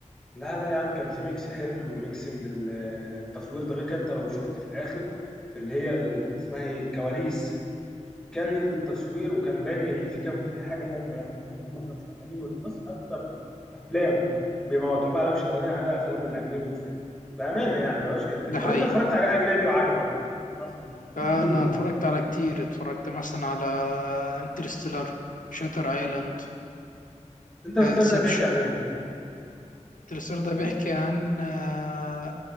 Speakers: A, in the centre; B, on the left.
A: لا لا يا عم كان في ميكس حلو وميكس من ال- التصوير ده غير كان انت لو شفت في الاخر في اللي هي ال- اسمها ايه الكواليس كان التصوير وكان باين ان في كان في حاجه حلوه يعني يعني هم كانوا شغالين وتبص اكتر افلام بما متعوب عليها وشغالين عليها افلام الاجنبي والخارجي بامانه يعني ما بقاش كداب
B: ده
A: طب
B: حقيقي
A: انت اتفرجت عليه اجنبي وعجبك مثلا
B: فانا
A: يعني
B: اتفرجت على كتير اتفرجت مثلا على انترستيلر شاتر ايلاند
A: <clears throat> انت السر
B: انسبشن
A: ده بيحكي عن ايه
B: التلسير ده بيحكي عن آه،